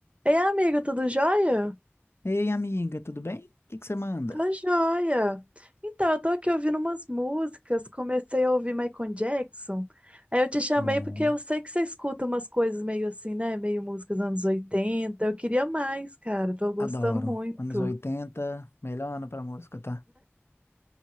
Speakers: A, on the right; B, on the left.
A: Ei, amigo, tudo jóia?
B: Ei, amiga, tudo bem? O que que você manda?
A: Tô jóia. Então, eu tô aqui ouvindo umas músicas, comecei a ouvir Michael Jackson. Aí eu te chamei
B: Bom,
A: porque eu sei que você escuta umas coisas meio assim, né? Meio músicas anos 80. Eu queria mais, cara. Tô gostando
B: adoro.
A: muito.
B: Anos 80, melhor ano pra música, tá?